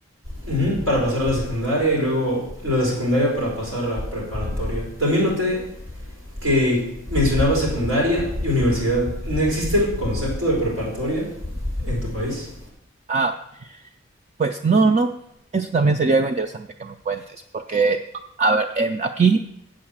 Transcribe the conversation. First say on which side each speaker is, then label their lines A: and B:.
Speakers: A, on the right (about 85°); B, on the right (about 35°).
A: Ujú, para pasar a la secundaria y luego la de secundaria para pasar a la preparatoria. También noté que mencionaba secundaria y universidad. ¿No existe el concepto de preparatoria en tu país?
B: Ah, pues no, no. Eso también sería algo interesante que me cuentes, porque, a ver, en- aquí